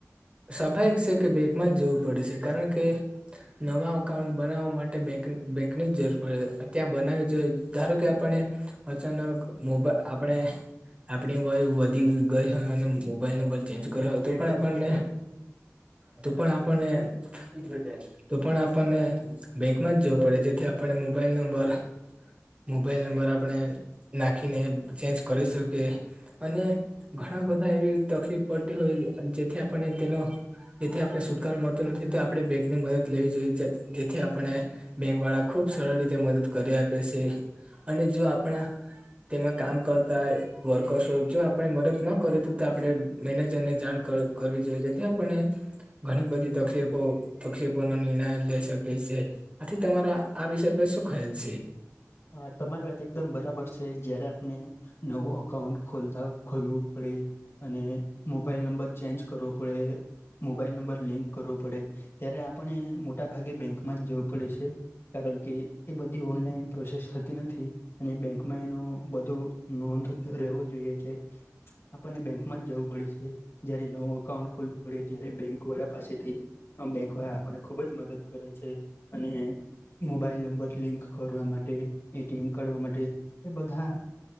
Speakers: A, on the right; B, on the left.
A: સ્વાભાવિક છે કે બેકમાં જ જવું પડશે. કારણ કે નવા અકાઉન્ટ બનાવવા માટે બેક બેંકની જ જરૂર પડે ત્યાં બનાવી જોઈ ધારો કે આપણે અચાનક મોબાઈલ આપણે આપણી વય વધી ગઈ હોય અને મોબાઈલ નંબર ચેન્જ કર્યો હોય તો પણ આપણને
B: <inaudible>
A: તો પણ આપણને <unintelligible> તો પણ આપણને બેંકમાં જ, જેથી આપણને મોબાઈલ નંબર મોબાઈલ નંબર આપણે નાખીને, ચેન્જ કરી શકીએ. અને ઘણા બધા એવી તકલીફ પડતી હોય, જેથી પણ તેનો. જેથી આપણે સુૂટકા મળતો નથી, તે આપણેે બેંક ની મદદ લેવી જોઈએ, જેથી આપણે બેંક વાળા ખુબ સરળ રીતે મદદ કરી આપે છે, અને જો આપણા તેમાં કામ કરતા વર્કર્સો, જો આપણે મદદ ના કરે તો, તો આપડે મેનેજર ને જાણ કર. કરવી જોઈએ, જેથી આપને. ઘણી બધી તકલીફો તકલીફો નો નિર્ણય લઈ શકે છે. આથી તમારા આ વિષય પર શું ખ્યાલ છે?
B: હા, તમારી વાત એકદમ બરાબર છે, જયારે આપને નવું અકાઉંન્ટ ખોલતા ખોલવું પડે. અને મોબાઈલ નંબર ચેન્જ કરવો પડે. મોબાઈલ નંબર લિંક કરવો પડે, ત્યારે આપણે મોટા ભાગે બેંકમાં જ જવું પડે છે. કારણ કે, એ બધી ઓનલાઈન પ્રોસેસ થતી નથી, અને બેંકમાં એનો નોંધ રહેવો એટલે. આપણને બેંક માં જવું પડે છે. હ, જયારે નવું અકાઉન્ટ ખોલવું પડે, ત્યારે બેંક વાળા પાસેથી આ બેંક વાળ આપણને ખુબ જ મદદ કરે છે, અને મોબાઈલ નંબર લિંક કરવા માટે, એટીએમ કાઢવા માટે એ બધા